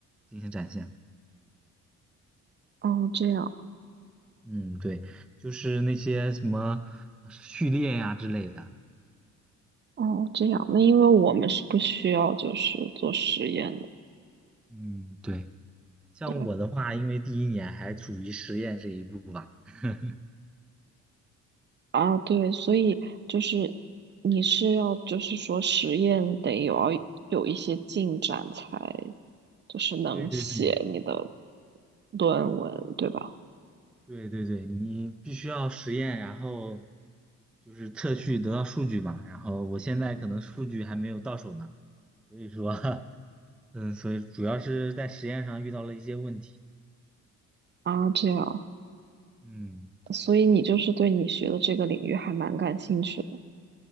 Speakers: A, in the centre; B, on the right.
A: 进行展现。
B: 哦，这样，
A: 嗯，对，就是那些什么序列呀之类的。
B: 哦，这样，那因为我们是不需要就是做实验的，
A: 嗯，对，像我的话，
B: 对
A: 因为第一年还处于实验这一步吧。<laughs>
B: 啊，对，所以就是你是要就是说实验得有要有一些进展才就是能写你的
A: 对对对，
B: 论文，对吧？
A: 对对对，你必须要实验，然后就是测序得到数据嘛。然后我现在可能数据还没有到手呢，所以说，<laughs> 嗯，所以主要是在实验上遇到了一些问题。
B: 啊，这样。
A: 嗯
B: 所以你就是对你学的这个领域还蛮感兴趣的